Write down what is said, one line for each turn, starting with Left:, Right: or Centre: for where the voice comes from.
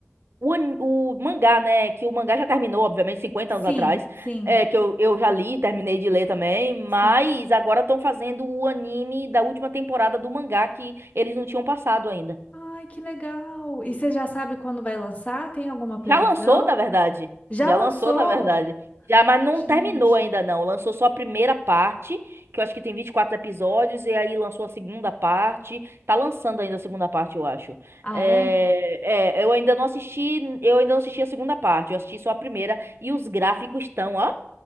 Right: O, an- o mangá, né? Que o mangá já terminou, obviamente, cinquenta
Left: Sim,
Right: anos atrás.
Left: sim,
Right: É, que eu, eu já li, terminei de ler também. Mas
Left: sim.
Right: agora estão fazendo o anime da última temporada do mangá que eles não tinham passado ainda.
Left: Ai, que legal! E você já sabe quando vai lançar? Tem alguma previsão?
Right: Já lançou, na verdade.
Left: Já
Right: Já
Left: lançou?
Right: lançou, na verdade. Já, mas não
Left: Gente.
Right: terminou ainda, não. Lançou só a primeira parte, que eu acho que tem 24 episódios, e aí lançou a segunda parte. Tá lançando ainda a segunda parte, eu acho.
Left: Ah,
Right: É,
Left: é?
Right: é, eu ainda não assisti, eu ainda não assisti a segunda parte, eu assisti só a primeira, e os gráficos estão, ó.